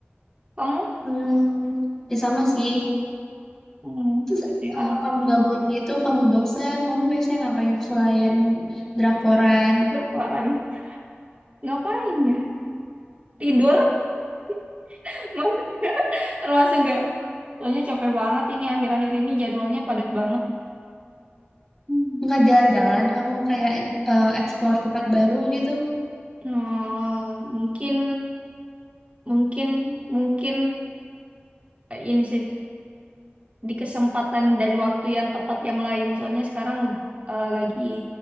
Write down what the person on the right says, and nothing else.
Kamu
hmm,
ini
anak
berkeluaran. Ngapain ya? Tidur? <laughs> Maksudnya termasuk enggak? Soalnya capek banget ini akhir-akhir ini jadwalnya padat banget. Hmm.
Hmm, mungkin mungkin mungkin eh, ini sih di kesempatan dan waktu yang tepat yang lain. Soalnya sekarang ud- eh, lagi